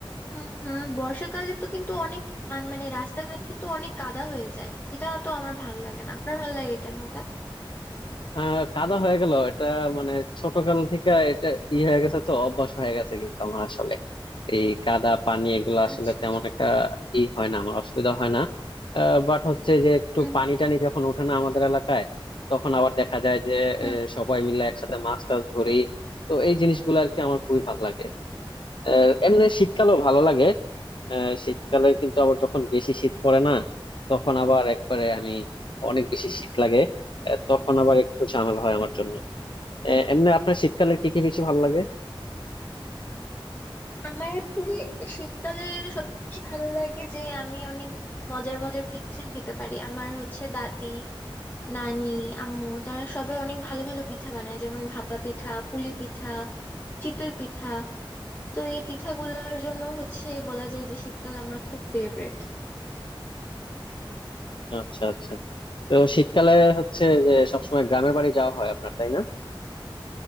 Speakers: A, on the left; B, on the left.
A: হুম হুম বর্ষাকালে তো কিন্তু অনেক আহ, মানে রাস্তাঘাট কিন্তু অনেক কাদা হয়ে যায় এটা তো আমার ভালো লাগে না আপনার ভালো লাগে কেন এটা
B: আহ কাদা হয়ে গেল এটা মানে ছোটকাল থেকে এটা ই হয়ে গেছে তো অভ্যাস হয়ে গেছে কিন্তু আমার আসলে এই কাদা পানি এগুলো আসলে
A: আচ্ছা
B: তেমন
A: আচ্ছা
B: একটা ই হয় না আমার অসুবিধা হয় না বাট হচ্ছে যে একটু
A: হুম
B: পানি টানি যখন ওঠে না আমাদের এলাকায় তখন আবার দেখা যায় যে
A: হুম
B: আহ, সবাই মিলে একসাথে মাছ টাছ ধরি তো এই জিনিসগুলো আর কি আমার খুবই ভালো লাগে আহ, এমনি শীতকালও ভালো লাগে আহ, শীতকালে কিন্তু আবার যখন বেশি শীত পড়ে না তখন আবার একবারে আমি অনেক বেশি শীত লাগে আহ, তখন আবার একটু ঝামেলা হয় আমার জন্য আহ, এমনি আপনার শীতকালে কি কি বেশি ভালো লাগে
A: আমার আসলে শীতকালে সবচেয়ে বেশি ভালো লাগে যে আমি অনেক মজার মজার পিঠা খেতে পারি আমার হচ্ছে দাদি নানি আম্মু তারা সবাই অনেক ভালো ভালো পিঠা বানায় যেমন ভাপা পিঠা পুলি পিঠা চিতই পিঠা তো এই পিঠাগুলোর জন্য হচ্ছে বলা যায় যে শীতকাল আমার খুব ফেভারেট
B: আচ্ছা আচ্ছা তো শীতকালে হচ্ছে যে সবসময় গ্রামের বাড়ি যাওয়া হয় আপনার তাই না